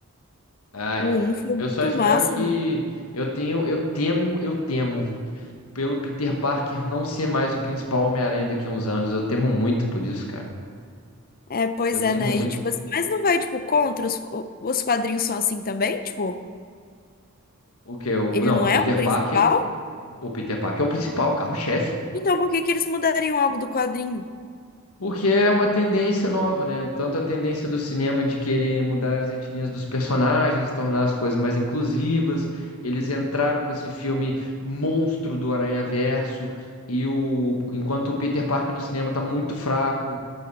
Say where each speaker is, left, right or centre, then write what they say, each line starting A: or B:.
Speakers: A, on the left; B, on the left.
A: Ah,
B: O
A: é.
B: um foi muito
A: Eu só espero
B: massa,
A: que.
B: mano.
A: Eu tenho. Eu temo, eu temo. pelo Peter Parker não ser mais o principal Homem-Aranha daqui a uns anos. Eu temo muito por isso, cara.
B: É, pois
A: Eu temo
B: é, né?
A: muito.
B: E, tipo assim, mas não vai, tipo, contra os, os quadrinhos são assim também? Tipo,
A: O que eu.
B: ele
A: Não,
B: não
A: Peter
B: é o principal?
A: Parker. O Peter Parker é o principal, carro-chefe.
B: Então por que que eles mudariam algo do quadrinho?
A: Porque é uma tendência nova, né? Tanto a tendência do cinema de querer mudar as etnias dos personagens, tornar as coisas mais inclusivas. Eles entraram com esse filme monstro do Aranha Verso. E o... enquanto o Peter Parker no cinema tá muito fraco,